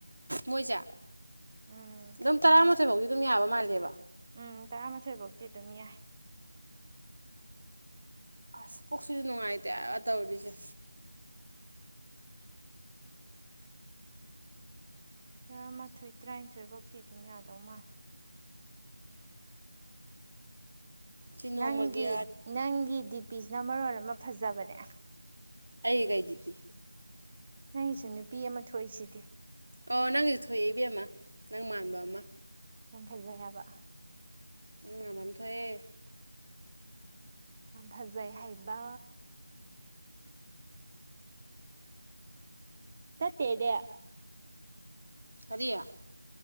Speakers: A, on the right (about 65°); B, on the right (about 25°).
A: ꯃꯣꯏꯁꯦ
B: ꯎꯝ
A: ꯑꯗꯨꯝ ꯇꯔꯥꯃꯥꯊꯣꯏ ꯐꯥꯎꯗꯤ ꯑꯗꯨꯝ ꯌꯥꯕ ꯃꯥꯜꯂꯦꯕ
B: ꯎꯝ ꯇꯔꯥꯃꯥꯊꯣꯏ ꯐꯧꯗꯤꯤ ꯑꯗꯨꯝ ꯌꯥꯏ
A: ꯑꯁ ꯄꯨꯣꯛꯁꯨꯁꯨ ꯅꯨꯡꯉꯥꯏꯇꯦ ꯇꯧꯔꯤꯁꯦ
B: ꯇꯔꯥꯃꯥꯊꯣꯏ ꯇꯔꯥꯅꯤꯊꯣꯏ ꯐꯥꯎꯗꯤ ꯑꯗꯨꯝ ꯌꯥꯗꯧ ꯃꯥꯜ
A: ꯁꯤ ꯅꯣꯡꯃꯒꯤ
B: ꯅꯪꯒꯤꯤ ꯅꯪꯤꯤꯞ ꯄꯤꯤꯁꯅ ꯃꯔꯣꯜ ꯑꯃ ꯐꯖꯕꯅꯦ
A: ꯑꯩꯒꯩꯗꯤ ꯄꯤ
B: ꯅꯪꯒꯤꯁꯨ ꯅꯨꯄꯤ ꯑꯃ ꯊꯣꯛꯏꯁꯤꯗꯤ
A: ꯑꯣ ꯅꯪꯒꯤꯁꯨ ꯊꯣꯛꯑꯦꯏ ꯏꯕꯦꯝꯃ ꯅꯪ ꯃꯥꯟꯕ ꯑꯃ
B: ꯌꯥꯝ ꯐꯖꯩ ꯍꯥꯏꯕ
A: ꯃꯃꯝ ꯊꯑꯌꯦ
B: ꯑ ꯐꯖꯩ ꯍꯥꯏꯕ ꯇ ꯇꯦꯗ
A: ꯑꯗꯌꯥ